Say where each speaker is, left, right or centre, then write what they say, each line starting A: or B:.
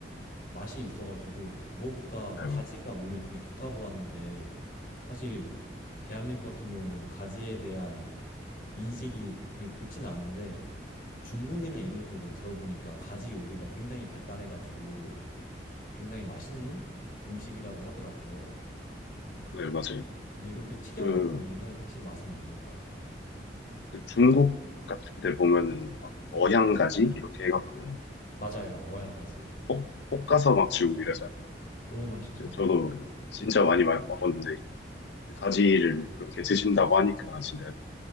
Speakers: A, on the left (about 50°); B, on the left (about 70°).
A: 맛이 있어가지고 무엇보다
B: 네,
A: 가지가 몸에 되게 좋다고 하는데 사실 대한민국 같은 경우는 가지에 대한 인식이 그게 좋진 않은데 중국이나 이런 쪽은 들어보니까 가지 요리가 굉장히 발달해가지고 굉장히 맛있는 음식이라고 하더라고요.
B: 네, 맞아요.
A: 근데 이걸 또 튀겨서
B: 그,
A: 먹으면은 확실히 맛은 있는 것 같아요.
B: 그 중국 같은 데 보면은 막 어향가지? 이렇게 해갖고
A: 맞아요. 어양가지.
B: 막 볶, 볶아서 막 주고 이러잖아요.
A: 너무 맛있죠.
B: 근데 저도 진짜 많이 마- 먹었는데 가지를 그렇게 드신다고 하니까 진짜